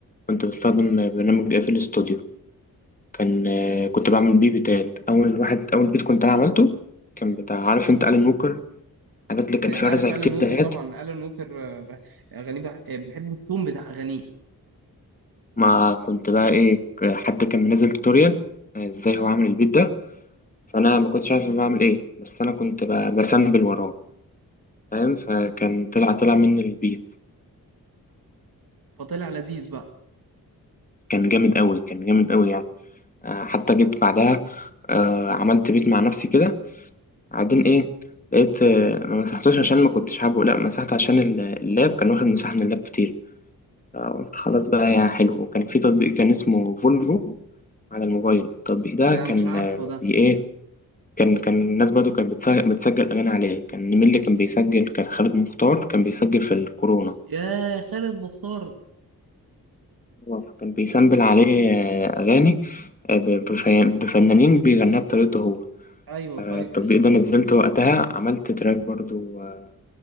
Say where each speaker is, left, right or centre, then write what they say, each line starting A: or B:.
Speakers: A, on the left; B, on the right.
A: كنت بستخدم برنامج اف الاستوديو كان كنت بعمل بيه بيتات أول واحد أول بيت كنت أنا عملته كان بتاع عارف أنت ألان ووكر الحاجات اللي كان
B: عارف
A: فيها رزع
B: الان
A: كتير
B: ووكر
A: دهات
B: طبعا الان ووكر آه، ب- اغانيه بح- آه، بحب التون بتاع اغانيه
A: ما كنت بقى ايه ك- حد كان منزل توتوريال آه، ازاي هو عامل البيت ده فانا ما كنتش عارف أنا بعمل ايه بس انا كنت ب- بفنبل وراه فاهم فكان طلع طلع مني البيت
B: فطلع لذيذ بقى
A: كان جامد قوي كان جامد قوي يعني آه، حتى جيت بعدها آه، عملت بيت مع نفسي كده بعدين ايه لقيت آه، ما مسحتوش عشان ما كنتش حابه لا مسحته عشان ال- اللاب كان واخد مساحة من اللاب كتير فقلت خلاص بقى يا حلو وكان في تطبيق كان اسمه فولفو على الموبايل التطبيق ده
B: لا
A: كان
B: مش عارفه
A: آه،
B: ده
A: بي- ايه كان كان الناس برضه كانت بتسجل, بتسجل أغاني عليه كان مين اللي كان بيسجل كان خالد مختار كان بيسجل في الكورونا
B: يا خالد مختار
A: هو كان بيسامبل عليه آه، أغاني آه، ب- بف- بفنانين بيغنيها بطريقته هو
B: ايوه
A: آه،
B: فاكر
A: التطبيق ده نزلته وقتها عملت تراك برضه آه،